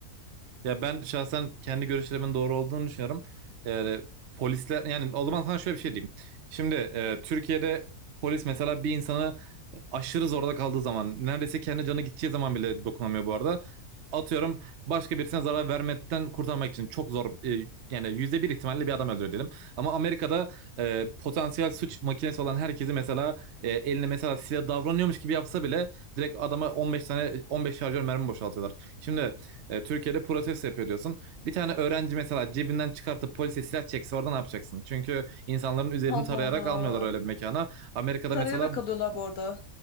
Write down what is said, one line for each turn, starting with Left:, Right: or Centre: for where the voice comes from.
Right: Ya ben şahsen kendi görüşlerimin doğru olduğunu düşünüyorum. Yani polisler yani o zaman sana şöyle bir şey diyeyim. Şimdi e, Türkiye'de polis mesela bir insanı aşırı zorda kaldığı zaman neredeyse kendi canı gideceği zaman bile dokunamıyor bu arada. Atıyorum başka birisine zarar vermekten kurtarmak için çok zor e, yani yüzde bir ihtimalle bir adam öldürüyor diyelim. Ama Amerika'da e, potansiyel suç makinesi olan herkesi mesela e, eline mesela silah davranıyormuş gibi yapsa bile direkt adama 15 tane 15 şarjör mermi boşaltıyorlar. Şimdi e, Türkiye'de protesto yapıyor diyorsun. Bir tane öğrenci mesela cebinden çıkartıp polise silah çekse orada ne yapacaksın? Çünkü insanların üzerini
Left: Allah
Right: tarayarak
Left: Allah.
Right: almıyorlar öyle bir mekana. Amerika'da
Left: Tarayarak
Right: mesela bu-
Left: alıyorlar bu arada.